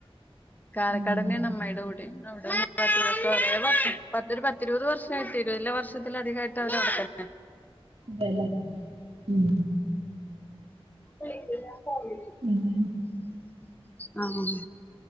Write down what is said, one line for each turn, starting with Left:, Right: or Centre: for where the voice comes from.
Left: കാലക്കാടന്നെയാണ്
Right: ആഹ്
Left: അമ്മയുടെ അവിടെയും അവിടെ ഒന്നും <unintelligible> പത്തി പത്തി ഇരുപത് വർഷയി ഇരുപതിലെ വർഷത്തിലധികമായിട്ട് അവര് അവിടെ തന്നെ
Right: അതല്ലേ ഉം
Left: വീണ്ടും ഞാൻ കളഞ്ഞു
Right: പിന്നെ
Left: ആ അ